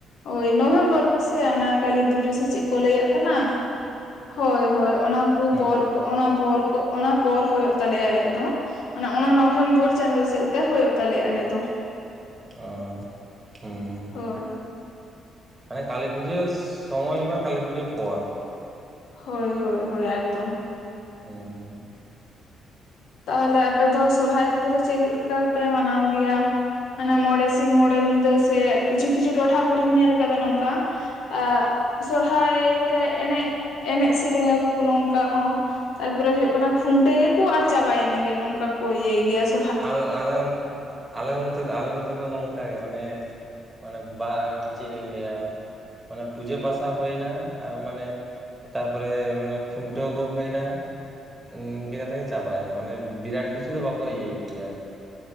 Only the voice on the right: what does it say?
ᱦᱩᱸ
ᱚ ᱦᱩᱸ ᱦᱩᱸ ᱾
ᱢᱟᱱᱮ ᱠᱟᱞᱤ ᱯᱩᱡᱟᱹ ᱥᱳᱢᱚᱭ ᱵᱟ ᱠᱟᱞᱤ ᱯᱩᱡᱟᱹ ᱯᱚᱨ᱾
ᱦᱩᱸᱸᱸ
ᱟᱞ ᱟᱞᱮ ᱚᱱ ᱟᱞᱮ ᱚᱱᱛᱮ ᱟᱞᱮ ᱱᱚᱛᱮ ᱫᱚ ᱱᱚᱝᱠᱟᱜᱮ ᱢᱟᱱᱮ? ᱚᱱᱮ ᱵᱟ ᱪᱮᱫ ᱞᱤᱧ ᱞᱟᱹᱭᱟ ᱚᱱᱟ ᱯᱩᱡᱟᱹ ᱯᱟᱥᱟ ᱦᱩᱭᱱᱟ᱾ ᱢᱟᱱᱮ ᱛᱟᱯᱚᱨᱮ ᱢᱟᱱᱮ ᱠᱷᱩᱱᱴᱟᱹᱣ ᱠᱚ ᱦᱳᱭᱱᱟ᱾ ᱩᱸ ᱱᱤᱝᱠᱟᱹ ᱠᱟᱛᱮᱜᱮ ᱪᱟᱵᱟᱭᱱᱟ ᱢᱟᱱ ᱵᱤᱨᱟᱴ ᱠᱤᱪᱷᱩ ᱫᱚ ᱵᱟᱠᱚ ᱤᱭᱟᱹᱭ ᱜᱮᱭᱟ᱾